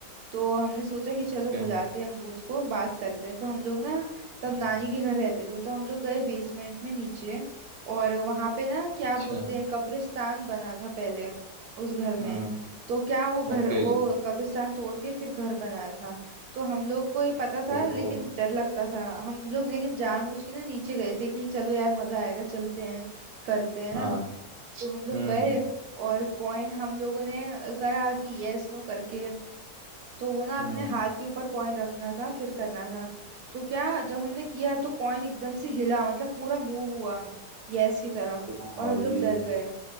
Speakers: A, on the right; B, on the right.
A: तो हमने सोचा कि चलो
B: ओके
A: बुलाते
B: हम्म,
A: हैं हम भूत को बात करते हैं तो हम लोग ना तब
B: हम्म,
A: नानी के घर रहते थे तो हम लोग गए बेसमेंट में नीचे और वहां पे ना क्या
B: अच्छा
A: बोलते हैं कब्रिस्तान बना था पहले उस घर में
B: हम्म
A: तो क्या वो घर
B: ओके
A: वो कब्रिस्तान तोड़ के फिर घर बनाया था तो हम लोग को ये पता था
B: ओहो
A: लेकिन डर लगता था हम लोग लेकिन जानबूझ के ना नीचे गए थे कि चलो यार मजा आएगा चलते हैं करते हैं
B: हाँ
A: ना तो हम लोग
B: हम्म
A: गए और कॉइन हम लोगों ने करा कि यस नो करके तो वो ना अपने
B: हम्म
A: हाथ के ऊपर कॉइन रखना था फिर करना था तो क्या जब हमने किया तो कॉइन एकदम से हिला मतलब पूरा मूव हुआ यस की तरफ
B: ओ
A: और
B: भाई
A: हम लोग डर गए